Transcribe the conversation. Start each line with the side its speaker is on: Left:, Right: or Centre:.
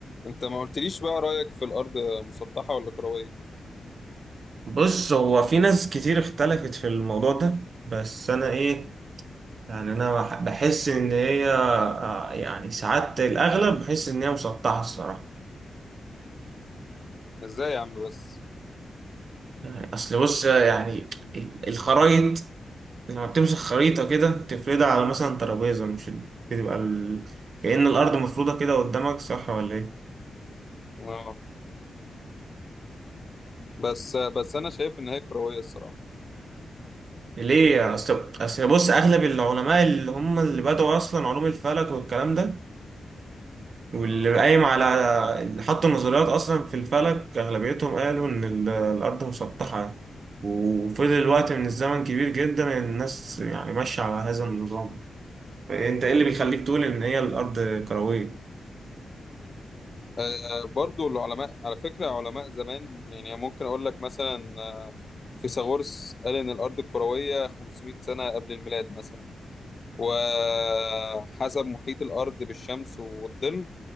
Left: انت ما قلتليش بقى رأيك في الأرض مسطحة ولا كروية
Right: بص هو في ناس كتير اختلفت في الموضوع ده بس انا ايه يعني انا بح- بحس ان هي آه، يعني ساعات الاغلب بحس ان هي مسطحه الصراحه
Left: ازاي يا عم بس
Right: يعني اصل بص يعني ال- الخرايط لما بتمسك خريطه كده تفردها على مثلا ترابيزه مش ال- بتبقى ال... كأن الارض مفروضه كده قدامك صح ولا ايه
Left: اه بس بس انا شايف ان هي كروية الصراحة
Right: ليه اصل اصل بص اغلب العلماء اللي هم اللي بدأوا اصلا علوم الفلك والكلام ده واللي قايم على اللي حط النظريات أصلا في الفلك أغلبيتهم قالوا إن ال- الأرض مسطحة وفضل وقت من الزمن كبير جدا الناس يعني ماشية على هذا النظام فأنت إيه اللي بيخليك تقول إن هي الأرض كروية؟
Left: آه، برضو العلماء على فكرة علماء زمان يعني ممكن اقول لك مثلا آه، فيثاغورس قال ان الأرض الكروية 500 سنة قبل الميلاد مثلا وحسب محيط الأرض بالشمس والظل